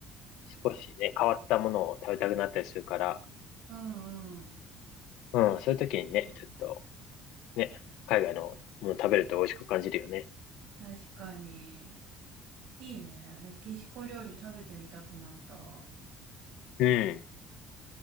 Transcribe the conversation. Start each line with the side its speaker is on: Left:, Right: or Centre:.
Left: 少しね、変わったものを食べたくなったりするから、
Right: ん、うん。
Left: うん、そういう時にね、ちょっと、ね、海外のもの食べると美味しく感じるよね。
Right: 確かに。いいね。メキシコ料理食べてみたくなった。
Left: うん。